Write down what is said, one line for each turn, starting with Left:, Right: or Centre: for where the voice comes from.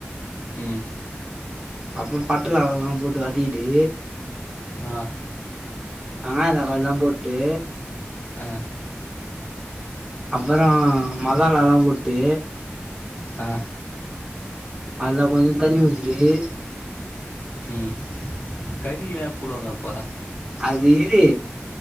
Left: உம்
Right: அப்போ பட்ட லவங்கோலா போட்டு வதக்கிட்டு
Left: ஆ
Right: வெங்காயோ தக்காளின்லா போட்டு
Left: ஆ
Right: அப்பறோ மசாலால்லா போட்டு
Left: ஆ
Right: அல்ல கொஞ்சோ தண்ணி ஊத்திட்டு
Left: ம் கறி எனப் போடுவாங்கப்பா
Right: அது இது